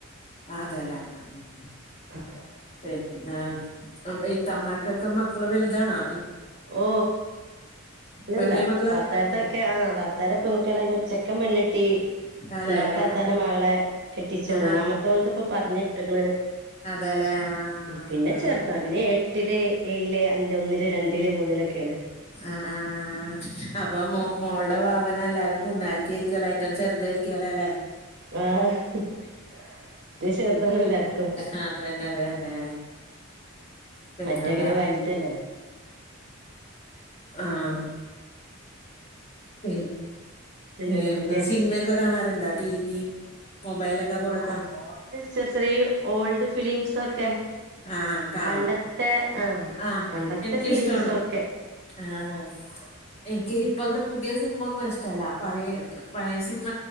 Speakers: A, on the left; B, on the right.
A: അതെലെ ആഹ് ആഹ്
B: <inaudible>
A: പിന്നെ അപ്പ ഇത്തമ്മാർക്കൊക്കെ മക്കള് വല്താണോ?
B: ഓ ഇല്ലല്ലാ
A: വലിയ മക്കളാ
B: താത്തർതൊക്കെ
A: ഉം
B: ആഹ് താ ത്താരേ പെൺകുട്ടിയാളെ കെ <unintelligible> ചെക്കൻ പെണ്ണെട്ടി
A: അതെല്ലേ
B: രണ്ടാമത്തെതാത്താന്റെ
A: ആഹ്
B: മകളെ കെട്ടിച്ചു മൂന്നാമത്തോള്ത്
A: ആഹ്
B: പ്പൊ പറ് ഞിട്ട്ക്ണ്
A: അതെല്ലേ ആഹ്
B: പിന്നെ ചെർത <unintelligible> പിന്നെ എട്ടില്, ഏയില്, അഞ്ച് ഒന്നില് രണ്ടില്, മൂന്നില്, ഒക്കേണ്
A: ആഹ് ആഹ് അപ്പൊ മോ മോള്ടെ വാവനെ എല്ലാരും പുന്നാരിക്കായിരിക്കു <unintelligible> ചെർതായിരിക്കുംഅലെ ലേ
B: ആഹ് <unintelligible> ചെർതാണളെല്ലാരും
A: ആഹ് അതന്നെ അതന്നെ പിന്നെന്താ
B: മറ്റേങ്ങനെ <unintelligible>
A: ആഹ് ഫീൽട്
B: പിന്നെന്തൊക്കെ
A: ഏന്ന സിൻമയൊക്കെ കാണാർണ്ടോ ടിവിം മൊബൈലൊക്കെ കൊറേ കാണോ
B: ചെറ്ചെറിയേ ഓൾഡ് ഫിലിംസ് ഒക്കെ
A: ആഹ് കാണും
B: പണ്ടത്തെ ആഹ്
A: ആഹ്എനിക്കിഷ്ടാണ്
B: പണ്ടത്തെ ഫിലിംസൊക്കെ
A: ആഹ് ആഹ് ആ എനിക്ക് ഇപ്പൾത്തെ പുതിയ സിൻമ ഒന്നും ഇഷ്ടല്ല പഴയത് പഴയ സിനിമ